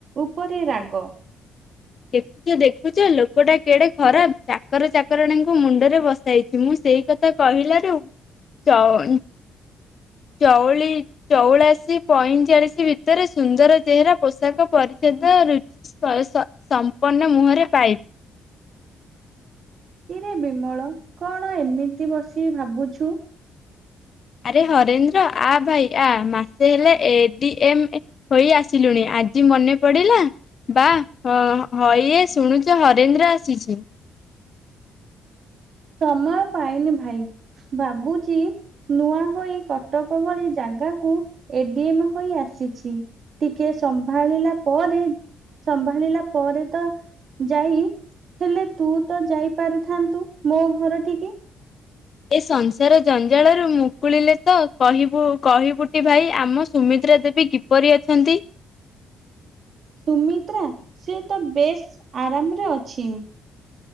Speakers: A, on the right (about 55°); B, on the left (about 45°).
A: ଉପରେ ରାଗ।
B: ଦେଖୁଚ ଦେଖୁଚ ଲୋକଟା କେଡେ ଖରାପ। ଚାକର ଚାକରାଣୀଙ୍କୁ ମୁଣ୍ଡରେ ବସାଇଛି ମୁଁ ସେଇ କଥା କହିଲାରୁ ଚ ଉଁ ଚଉଳି ଚଉଳାଶୀ ପଇଁଚାଳିଶ ଭିତରେ ସୁନ୍ଦର ଚେହେରା ପୋଷାକ ପରିଚ୍ଛଦ ରୁଚି ସମ୍ପର୍ଣ୍ଣ ମୁହଁରେ ପାଇ
A: କିରେ ବିମଳ କଣ ଏମିତି ବସି ଭାବୁଛୁ?
B: ଆରେ ହରେନ୍ଦ୍ର ଆ ଭାଇ ଆ ମାସେ ହେଲେ ଏ-ଡି-ଏମ ହୋଇ ଆସିଲୁଣି ଆଜି ମନେ ପଡିଲା ବା ହଇଏ ଶୁଣୁଛ ହରେନ୍ଦ୍ର ଆସିଛି‌।
A: ସମୟ ପାଇନି ଭାଇ ଭାବୁଚି ନୂଆ ହୋଇ କଟକ ଭଳି ଜାଗାକୁ ଏ-ଡି-ଏମ ହୋଇ ଆସିଚି ଟିକେ ସମ୍ଭାଳିଲା ପରେ ସମ୍ଭାଳିଲା ପରେ ତ ଯାଇ ହେଲେ ତୁ ତ ଯାଇପାରୁଥାନ୍ତୁ। ମୋ ଘର ଠିକି‌
B: ଏ ସଂସାର ଜଞ୍ଜାଳରୁ ମୁକୁଳିଲେ ତ କହିବୁ କହିବୁଟି ଭାଇ। ଆମ ସୁମିତ୍ରା ଦେବୀ କିପରି ଅଛନ୍ତି?
A: ସୁମିତ୍ରା ସେ ତ ବେଶ ଆରାମରେ ଅଛି।